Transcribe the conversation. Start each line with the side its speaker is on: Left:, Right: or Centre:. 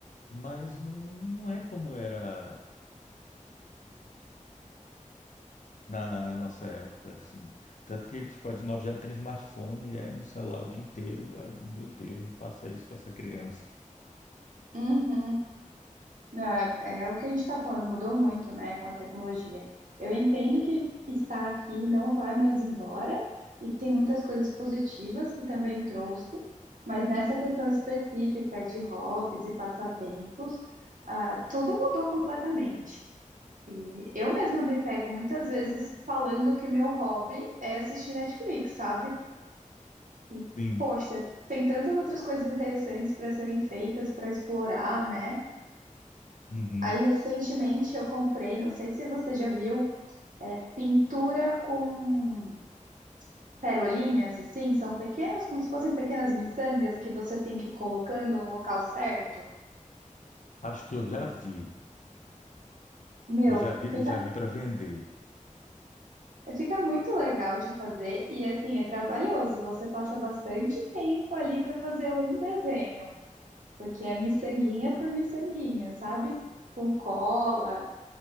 Left: mas não, não é como era na, na nossa época, assim. Tanto que, tipo, a de nove já tem smartphone e é no celular o dia inteiro. Ah, Meu Deus, não faça isso com essa criança.
Right: uhum. Não, é, é o que a gente está falando, mudou muito, né, com a tecnologia. Eu entendo que está aqui e não vai mais embora, e que tem muitas coisas positivas que também trouxe, mas nessa questão específica de hobbies e passatempos, ah, tudo mudou completamente. E eu mesma me pego muitas vezes falando que meu hobby é assistir Netflix, sabe? E,
Left: Sim.
Right: poxa, tem tantas outras coisas interessantes para serem feitas, para explorar, né?
Left: Uhum.
Right: Aí, recentemente, eu comprei, não sei se você já viu, é, pintura com perolinhas, assim, são pequenas, como se fossem pequenas miçangas que você tem que ir colocando no local certo.
Left: Acho que eu já
Right: E,
Left: vi.
Right: meu,
Left: Eu já vi,
Right: fica,
Left: eu já vi para vender.
Right: fica muito legal de fazer e, assim, é trabalhoso. Você passa bastante tempo ali para fazer um desenho, porque é miçanguinha por miçanguinha, sabe? Com cola.